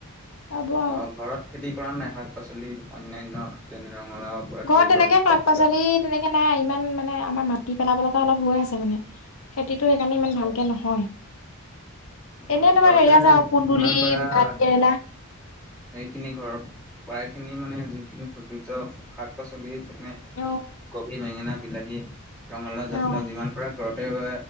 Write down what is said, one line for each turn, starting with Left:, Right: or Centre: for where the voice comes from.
Left: বাব আৰু
Centre: অ' ঘৰত খেতি কৰা নাই শাক পাচলি অন্যান্য যেনে ৰঙালাওৰ পৰা ধৰি
Left: ঘৰত তেনেকে
Centre: লৈ জাতিলাও
Left: শাক পাচলি তেনেকে নাই ইমান মানে এ আমাৰ মাটি পেলাব লগা অলপ হৈ আছে মানে খেতিতো সেইকাৰণে ইমান ভালকে নহয়।
Centre: অ
Left: এনে তোমাৰ
Centre: ঘৰতে
Left: হেৰি আছে কুন্দুলি,
Centre: যিমান পাৰা
Left: ভাত কেৰেলা।
Centre: সেইখিনি ঘৰ প্ৰায় খিনি মানে যোনখিনি প্ৰযোজ্ শাক পাচলি মানে
Left: অ
Centre: কবি বেঙেনা বিলাহী ৰঙালাও জাতিলাও
Left: অ
Centre: যিমান পাৰা ঘৰতে গ